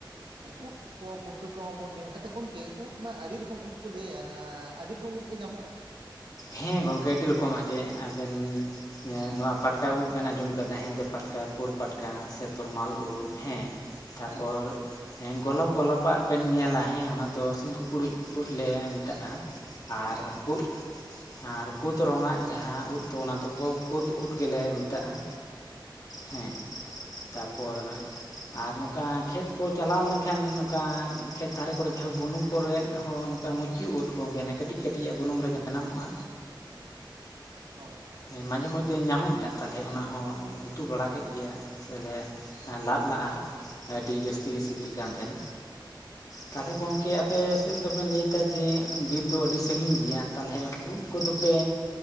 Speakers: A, on the right; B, on the left.
A: ᱩᱫ ᱠᱚ ᱯᱩᱴᱠᱟᱹ ᱠᱚᱦᱚᱸ ᱵᱚᱱ ᱡᱚᱢ ᱮᱫᱟ, ᱟᱪᱪᱷᱟ ᱜᱚᱢᱠᱮ ᱩᱫ ᱢᱟ ᱟᱹᱰᱤ ᱨᱚᱠᱚᱢ ᱩᱫ ᱠᱚ ᱞᱟᱹᱭᱟ ᱟᱹᱰᱤ ᱨᱚᱠᱚᱢ ᱩᱫ ᱜᱮ ᱧᱟᱢᱚᱜᱼᱟ।
B: ᱦᱮᱸ ᱜᱚᱝᱠᱮ ᱟᱹᱰᱤ ᱨᱚᱠᱚᱢᱟᱜ ᱜᱮ ᱟᱵᱮᱱ ᱦᱮᱸ ᱱᱚᱣᱟ ᱯᱟᱴᱠᱟ ᱩᱫ ᱵᱮᱱ ᱟᱸᱡᱚᱢ ᱠᱟᱫᱟ ᱦᱮᱸᱫᱮ ᱯᱟᱴᱠᱟ, ᱯᱩᱲ ᱯᱟᱴᱠᱟ, ᱥᱮ ᱛᱚᱨᱢᱟᱞ ᱩᱫ ᱦᱮᱸ। ᱛᱟ
A: ᱦᱮᱸ
B: ᱯᱚᱨ
A: ᱦᱮᱸ
B: ᱦᱮᱸ ᱜᱚᱞᱟᱯ ᱜᱚᱞᱟᱯ ᱟᱜ ᱵᱮᱱ ᱧᱮᱞᱟ ᱦᱮᱸ ᱚᱱᱟ ᱫᱚ ᱥᱤᱢ ᱠᱩᱠᱩᱲᱩᱡ ᱩᱫ ᱞᱮ ᱢᱮᱛᱟᱜᱼᱟ। ᱟᱨ
A: ᱟᱪᱪᱷᱟ ᱟᱪᱪᱷᱟ
B: ᱩᱫ- ᱟᱨ ᱠᱩᱫᱽ ᱨᱚᱝ ᱟᱜ ᱡᱟᱸᱦᱟ ᱩᱫ ᱫᱚ ᱚᱱᱟ ᱫᱚ ᱠᱩᱫᱽ ᱩᱫ ᱜᱮᱞᱮ ᱢᱮᱛᱟᱜᱼᱟ। ᱦᱮᱸ ᱛᱟ ᱯᱚᱨ ᱟᱨ ᱱᱚᱝᱠᱟ ᱠᱷᱮᱛ ᱠᱚ ᱪᱟᱞᱟᱣ ᱞᱮᱱ ᱠᱷᱟᱱ ᱱᱚᱝᱠᱟ ᱠᱷᱮᱛ ᱫᱷᱟᱨᱮ ᱠᱚ ᱨᱮ ᱡᱟᱸᱦᱟ ᱵᱩᱱᱩᱢ ᱠᱚᱨᱮᱫ ᱦᱚᱸ ᱱᱚᱝᱠᱟ ᱢᱩᱪ ᱪᱮᱛ ᱩᱫ ᱜᱚᱝᱠᱮ ᱚᱱᱟ ᱠᱟᱹᱴᱤᱡ ᱠᱟᱹᱴᱤᱡ ᱟᱜ ᱵᱩᱱᱩᱢ ᱨᱮ ᱡᱟᱱᱟᱢᱚᱜᱼᱟ?
A: ᱦᱳᱭ।
B: ᱢᱟᱡᱷᱮ ᱢᱚᱫᱽᱫᱷᱮ ᱧᱟᱢᱚᱜ ᱜᱮᱭᱟ ᱛᱟᱦᱚᱞᱮ ᱚᱱᱟ ᱦᱚᱸ ᱩᱛᱩ ᱵᱟᱲᱟ ᱠᱮᱫ ᱜᱮᱭᱟ ᱥᱮᱞᱮ ᱞᱟᱫ ᱞᱟᱜᱼᱟ ᱟᱹᱰᱤ ᱡᱟᱹᱥᱛᱤ ᱜᱮ ᱥᱤᱵᱤᱞ ᱠᱟᱱ ᱛᱟᱦᱮᱸᱱ। ᱛᱟᱸᱦᱚᱞᱮ ᱜᱚᱝᱠᱮ ᱟᱯᱮ ᱥᱮᱫ ᱫᱚ ᱵᱮᱱ ᱞᱟᱹᱭᱫᱟ ᱡᱮ ᱵᱤᱨ ᱫᱚ ᱟᱹᱰᱤ ᱥᱟᱺᱜᱤᱧ ᱜᱮᱭᱟ ᱛᱟᱦᱚᱞᱮ ᱩᱫᱽ <unintelligible> ᱫᱚᱯᱮ